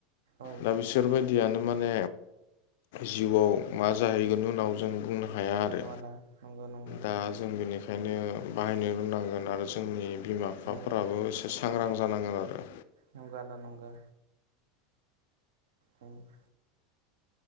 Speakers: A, on the right; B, on the left.
A: औ
B: दा बिसोरबायदियानो माने जिउआव मा जाहैगोन उनाव जों बुंनो होन हाया
A: नंगौ
B: आरो
A: आदा नंगौ नंगौ
B: दा जों बेनिखायनो बाहायनो रोंनांगोन आरो जोंनि बिमा बिफाफोराबो
A: औ
B: एसे एसे सांग्रां जानांगोन आरो
A: नंगो आदा नंगो औ <inaudible>